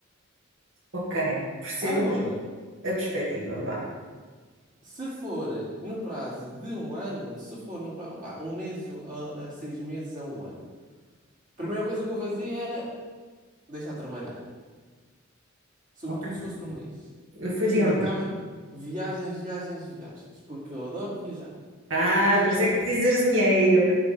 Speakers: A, on the right (about 60°); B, on the right (about 40°).
A: ok, perceba
B: Agora,
A: a pers- a perspectiva, vá.
B: se for no prazo de um ano, se for no prazo, vá, um mês a, a seis meses a um ano, a primeira coisa que eu fazia era deixar de trabalhar. Sobretudo
A: Ok,
B: se fosse no mês.
A: eu faria
B: E marcava
A: o mesmo.
B: viagens, viagens, viagens, porque eu adoro viajar.
A: Ah,
B: Ia
A: por
B: ver
A: isso
B: a...
A: é que precisas de dinheiro.